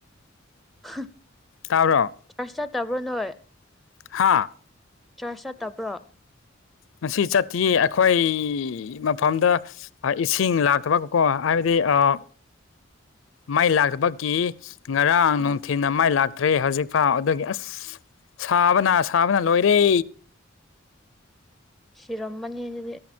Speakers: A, in the centre; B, on the left.
A: <unintelligible>
B: ꯇꯥꯥꯕ꯭ꯔꯣ
A: ꯆꯥꯔꯁ ꯆꯠꯇꯕ꯭ꯔꯣ ꯅꯣꯏ
B: ꯍꯥꯥ
A: ꯆꯔꯁ ꯆꯠꯇꯕ꯭ꯔꯣ
B: ꯉꯁꯤ ꯆꯠꯇꯌꯦ ꯑꯩꯈꯣꯏ ꯃꯐꯝꯗ ꯏꯁꯤꯡ ꯂꯥꯛꯇꯕꯒꯀꯣ ꯍꯥꯏꯕꯗꯤ ꯑꯥ ꯃꯥꯏ ꯂꯥꯛꯇꯕꯀꯤ ꯉꯔꯥꯡ
A: ꯑꯥ
B: ꯅꯨꯡꯊꯤꯜ ꯃꯥꯏ ꯂꯥꯛꯇ꯭ꯔꯦ ꯍꯧꯖꯤꯛ ꯐꯥꯎ ꯑꯗꯨꯒꯤ ꯑꯁ ꯁꯥꯕꯅ ꯁꯥꯕꯅ ꯂꯣꯏꯔꯦ
A: ꯁꯤꯔꯣꯝꯃꯅꯤ ꯑꯗꯨꯗꯤ